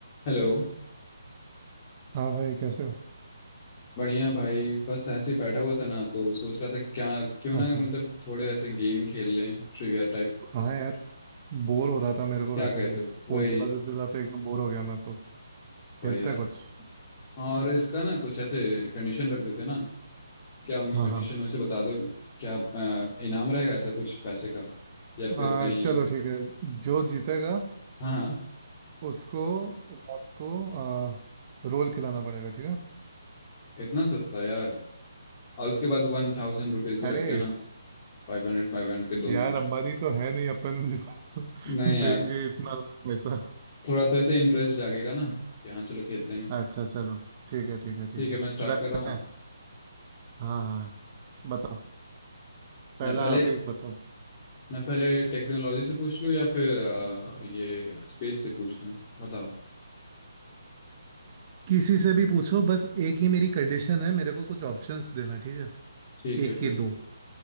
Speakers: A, on the left (about 30°); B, on the right (about 30°).
A: Hello
B: हाँ भाई कैसे हो
A: बढ़िया भाई बस ऐसे ही बैठा हुआ था ना तो सोच रहा था क्या क्यों ना
B: अच्छा
A: मतलब थोड़े ऐसे गेम खेल लें ट्रिविया टाइप
B: हाँ यार बोर हो रहा था मेरे को
A: क्या
B: वैसे
A: कहते
B: भी
A: हो
B: फोन
A: वही
B: चलाते चलाते एकदम बोर हो गया मैं तो खेलते
A: वही यार
B: हैं कुछ
A: और इसका ना कुछ ऐसे कंडीशन रख देते हैं ना क्या होंगे
B: हाँ
A: कंडीशन
B: हाँ
A: वैसे बता दो क्या अ, इनाम रहेगा ऐसा कुछ पैसे का या फिर
B: आ,
A: कहीं
B: चलो ठीक है जो जीतेगा
A: हाँ हाँ
B: उसको रात को आ, रोल खिलाना पड़ेगा ठीक है
A: इतना सस्ता यार और उसके बाद वन थाउजेंड रुपीज भी
B: अरे
A: रखते हैं ना फाइव हंड्रेड फाइव हंड्रेड के दो
B: यार
A: नोट
B: अंबानी तो है नहीं अपन जो
A: नहीं
B: <laughs>
A: यार
B: देंगे इतना पैसा
A: थोड़ा सा ऐसे इंटरेस्ट जागेगा ना यहाँ चलो खेलते हैं
B: अच्छा चलो ठीक है ठीक है
A: ठीक
B: ठीक है
A: है मैं स्टार्ट
B: रखते
A: कर रहा हूँ
B: हैं हाँ हाँ बताओ पहला
A: मैं पहले
B: आप ही बताओ
A: मैं पहले टेक्नोलॉजी से पूछ लूँ या फिर अ, ये स्पेस से पूछ लूँ बताओ
B: किसी से भी पूछो बस एक ही मेरी कंडीशन है मेरे को कुछ ऑप्शंस देना ठीक है
A: ठीक
B: एक
A: है
B: की
A: फिर
B: दो